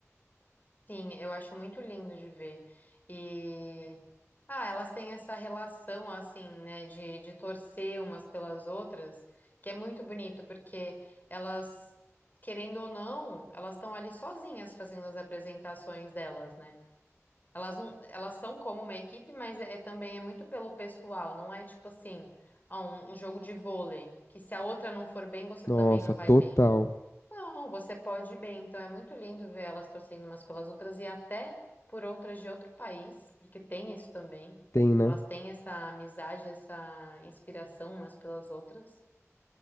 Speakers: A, on the left (about 35°); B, on the left (about 65°).
A: Sim, eu acho muito lindo de ver. E ah, elas têm essa relação assim, né, de, de torcer umas pelas outras, que é muito bonito, porque elas, querendo ou não, elas estão ali sozinhas fazendo as apresentações delas, né? Elas não, elas são como uma equipe, mas é, é também é muito pelo pessoal, não é tipo assim, ah, um, um jogo de vôlei, que se a outra não for bem, você
B: Nossa,
A: também não vai
B: total.
A: bem. Não, você pode ir bem. Então é muito lindo ver elas torcendo umas pelas outras e até por outras de outro país, porque tem isso também.
B: Tem, né?
A: Elas têm essa amizade, essa inspiração umas pelas outras.